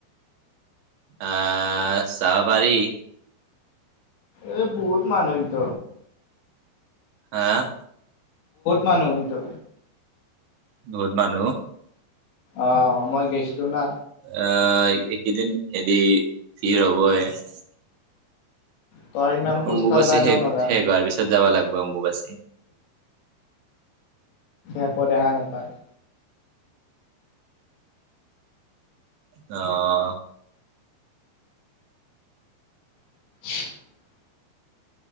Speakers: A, on the right; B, on the left.
A: আহ চাব পাৰি।
B: এই বহুত মানুহ হয় ত
A: আহ
B: মানুহটো
A: বহুত মানুহ।
B: অ' মই গেছিলো না!
A: আহ এইকেইদিন হেৰি থিৰ হ'বই ।
B: তই ইমান খোজ
A: অম্বুবাচী
B: কাঢ়বা এনেও
A: শেষ,
B: নৰা,
A: শেষ হোৱাৰ পিছত যাবা লাগব অম্বুবাচী।
B: একো দেখা নাপায় ।
A: অ'।
B: <inaudible>